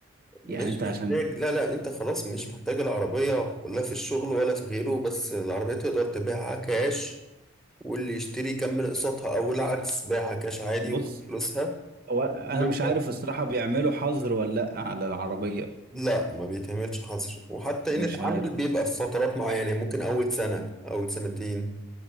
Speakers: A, in the centre; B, on the right.
A: مش
B: يعني انت
A: محتاج
B: عشان
A: لا لا انت خلاص مش محتاج العربية ولا في الشغل ولا في غيره بس العربية تقدر تبيعها كاش واللي يشتري يكمل قسطها او العكس بيعها كاش عادي
B: بص
A: وخد فلوسها
B: هو
A: <laughs>
B: انا مش عارف الصراحه بيعملوا حظر ولا لا على العربيه
A: لا ما بيتعملش حظر وحتى
B: مش
A: ان اتعمل
B: عارف
A: بيبقى في فترات معينة يعني ممكن اول سنة اول سنتين